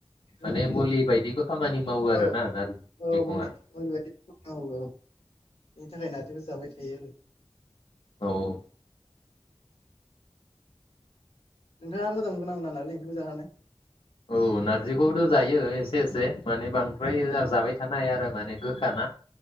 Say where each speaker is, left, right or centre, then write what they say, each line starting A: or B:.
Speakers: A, on the left (about 60°); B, on the left (about 85°).
A: माने
B: हो
A: मुलि बायदिबो खामानि मावो आरोना
B: औ
A: नारजि
B: औ
A: मैगङा
B: मुलि मुलि बादि औ औ बेनि थाखाय नारजिखौ जाबाय थायो आरो
A: औ औ
B: नोंथाङा मोजां मोनगोना मोना नारजि ओंख्रिखौ जानानै?
A: औ नारजिखौथ' जायो एसे एसे माने बां फ्राय
B: ओ
A: जाहा जाबाय थानो हाया आरो माने गोखा ना